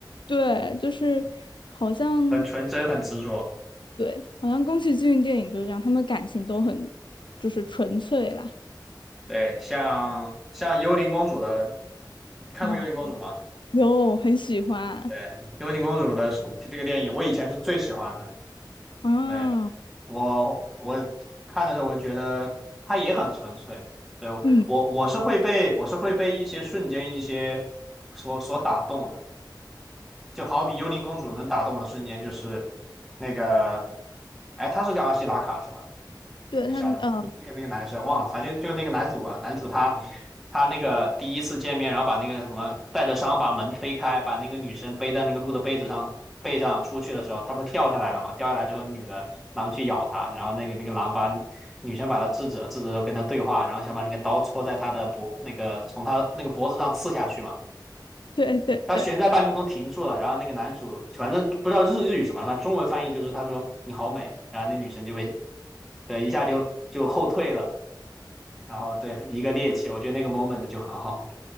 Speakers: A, on the left; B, in the centre.
A: 对，就是好像
B: 很纯真，很执着。
A: 对，好像宫崎骏电影就是这样，他们感情都很就是纯粹啦
B: 对，像像幽灵公主的，你看过幽灵公主吗？
A: 啊，有很喜欢
B: 对，幽灵公主的这个电影，我以前是最喜欢的。
A: 啊。
B: 对，我我看的时候，我觉得他也很纯粹。对，我我是会被我是会被一些瞬间一些所所打动的，
A: 嗯。
B: 就好比幽灵公主能打动我的瞬间就是那个，哎，她是叫阿西达卡是吧？
A: 对他，
B: 那小男，
A: 嗯，
B: 那个那个男生忘了，反正就是那个男主吧。男主他他那个第一次见面，然后把那个什么带着伤把门推开，把那个女生背在那个鹿的背子上背上出去的时候，他不是掉下来了嘛？掉下来之后，女的狼去咬他，然后那个那个狼把女女生把他制止了，制止了之后跟他对话，然后想把那个刀戳在他的脖那个从他那个脖子上刺下去嘛。
A: 对对对，
B: 他悬在半空中停住了，然后那个男主反正不知道日日语什么，反正中文翻译就是他说你好美，然后那女生就被对一下就就后退了，然后对一个趔趄，我觉得那个 moment 就很好。